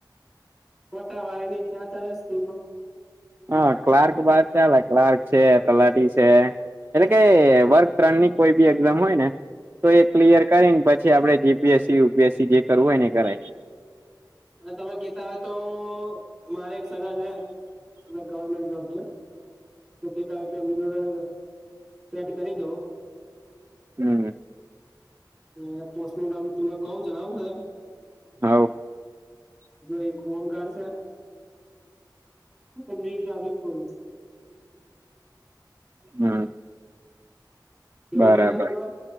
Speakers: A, in the centre; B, on the right.
A: ફોટા વાળાની ત્યાં ચાલે સ્કિલમાં
B: હા ક્લાર્ક બાર ચાલે ક્લાર્ક છે તલાટી છે એટલે કે વર્ક ત્રણની કોઈ બી એક્ઝામ હોય ને તો એ ક્લિયર કરીને પછી આપડે જી પીએસસીયુપીએસસી જે કરવું હોય ને કરાય
A: અને તમે કતા હોય તો મારે એક સગા છે એ ગવરમેન્ટ જોબ છે. તો કેતા હોય તો એમની જોડે સેટ કરી દઉ
B: હમ
A: અને પોસ્ટનું નામ તમને કવુ જણાવું સાહેબ
B: ણાવો
A: જો એક હોમગાર્ડસ છે તેમની ટ્રાફિક પોલીસ
B: હમ
A: કેવું
B: બરાબર
A: છે સાહેબ તમારે